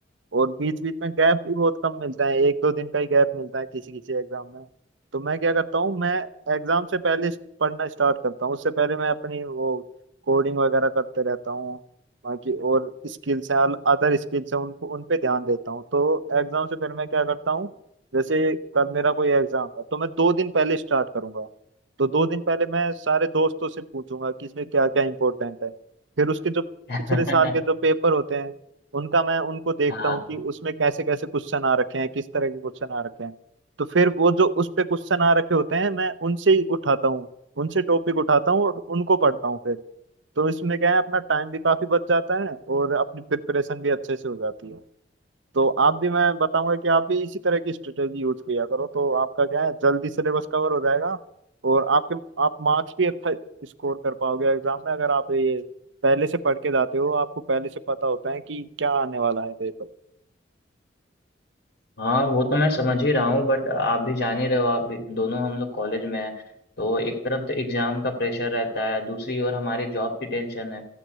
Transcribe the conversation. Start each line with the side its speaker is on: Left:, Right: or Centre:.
Right: और बीच बीच में गैप भी बहुत कम मिलता है एक दो दिन का ही गैप मिलता है किसी किसी एग्जाम में तो मैं क्या करता हूँ मैं एग्जाम से पहले स- पढ़ना स्टार्ट करता हूँ उससे पहले मैं अपनी वो कोडिंग वगैरह करते रहता हूँ बाकी और स्किल्स हैं अदर स्किल्स हैं उनको उन पे ध्यान देता हूँ तो एग्जाम से पहले मैं क्या करता हूँ जैसे कल मेरा कोई एग्जाम है तो मैं दो दिन पहले स्टार्ट करूंगा तो दो दिन पहले मैं सारे दोस्तों से पूछूंगा कि इसमें क्या क्या इंपॉर्टेंट है फिर उसके जो पिछले
Left: <laughs>
Right: साल के जो पेपर होते हैं उनका मैं उनको देखता
Left: हाँ
Right: हूँ कि उसमें कैसे कैसे क्वेश्चन आ रखे हैं किस तरह के क्वेश्चन आ रखे हैं तो फिर वो जो उस पे क्वेश्चन आ रखे होते हैं मैं उनसे ही उठाता हूँ उनसे टॉपिक उठाता हूँ और उनको पढ़ता हूँ फिर तो इसमें क्या है अपना टाइम भी काफी बच जाता है और अपनी प्रिपरेशन भी अच्छे से हो जाती है तो आप भी मैं बताऊंगा कि आप भी इसी तरह की स्ट्रेटेजी यूज किया करो तो आपका क्या है जल्दी सिलेबस कवर हो जाएगा और आपके आप मार्क्स भी अच्छा स्कोर कर पाओगे एग्जाम में अगर आप ये पहले से पढ़ के जाते हो आपको पहले से पता होता है कि क्या आने वाला है पेपर
Left: हाँ वो तो मैं समझ ही रहा हूँ बट आप भी जान ही रहे हो आप भी दोनों हम लोग कॉलेज में हैं तो एक तरफ तो एग्जाम का प्रेशर रहता है दूसरी ओर हमारी जॉब की टेंशन है